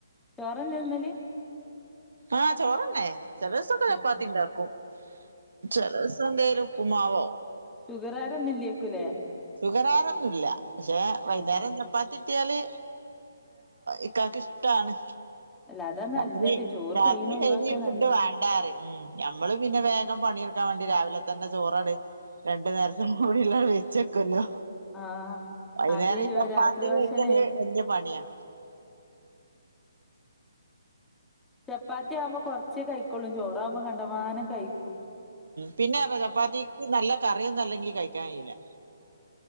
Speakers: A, in the centre; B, on the right.
A: ചോറന്നെ തിന്നല്
B: ആ ചോറന്നെ ചെലസം ഒക്കെ ചപ്പാത്തി
A: ഏഹ്
B: ഉണ്ടാക്കും ചെലസം എന്തേലും ഉപ്പുമാവോ
A: ഷുഗർ കാരൊന്നും ഇല്ലേക്കുവില്ലേ
B: ഷുഗർ കാരൊന്നും ഇല്ല പക്ഷേ വൈകുന്നേരം
A: ഏഹ്
B: ചപ്പാത്തി കിട്ടിയാല് ഇക്കാക്ക് ഇഷ്ടണ്
A: അല്ല അതാ
B: രാത്രി
A: നല്ലത് ചോറ്
B: രാത്രി
A: കയ്യ്ണ ഒഴിവാക്കാ
B: ഹെവി ഫുഡ്
A: നല്ലേ
B: വേണ്ടാ പറയും ഉം ഞമ്മള് പിന്നെ വേഗം പണിതീർക്കാൻ വേണ്ടി രാവി ലെ തന്നെ ചോറാണ് രണ്ട് നേരത്തും കൂടിയെല്ലാം വെ ക്കുവല്ലോ
A: ആഹ്
B: വൈകുന്നേരം
A: ആഹ്
B: ഈ ചപ്പാത്തി
A: രാത്രി
B: കുഴക്കല്
A: ഭക്ഷണേ
B: വലിയ പണിയാ
A: ചപ്പാത്തി ആവുമ്പോ കുറച്ച് കഴി ക്കൊളു ചോറാവുമ്പോ കണ്ടമാനം കഴി
B: പിന്നെ അർഞ്ഞ ചപ്പാത്തിക്ക് നല്ല കറിയൊന്നും അല്ലെങ്കിൽ കഴിക്കാൻ കഴിയൂല്ല